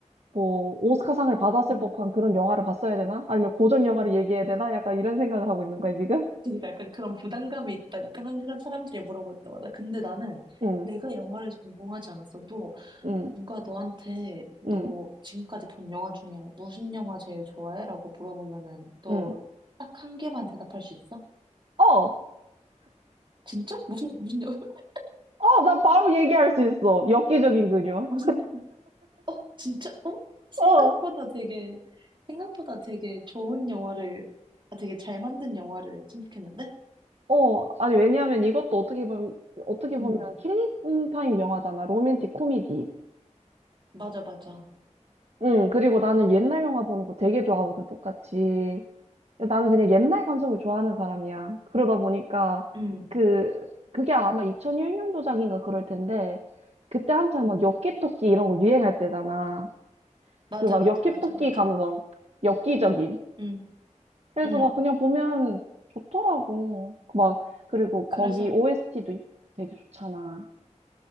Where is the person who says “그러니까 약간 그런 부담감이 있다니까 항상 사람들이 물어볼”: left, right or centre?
Right